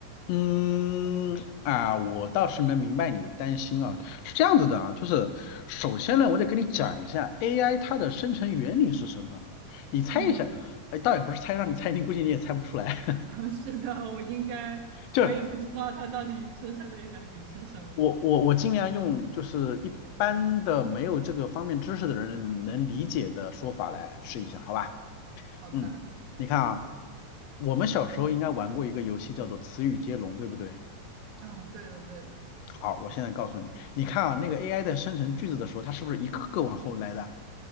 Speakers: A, on the left (about 80°); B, on the right (about 90°).
A: 嗯啊，我倒是能明白你的担心啊，是这样子的啊，就是首先呢，我得跟你讲一下 AI 它的生成原理是什么，你猜一下，
B: 嗯，
A: 哎，倒也不是猜，让你猜，你估计你也猜不出来，<laughs>
B: <laughs> 是的，我应该，
A: 就是
B: 我也不知道它到底生成的原理是什么。
A: 我我我尽量用就是一般的没有这个方面知识的人能理解的说法来试一下，好吧？
B: 好的，
A: 嗯，你看啊，我们小时候应该玩过一个游戏叫做词语接龙，
B: 嗯
A: 对不对？
B: 嗯，对的对的，
A: 好，我现在告诉你，你看啊，那个 AI 在生成句子的时候，它是不是一个个往后来的？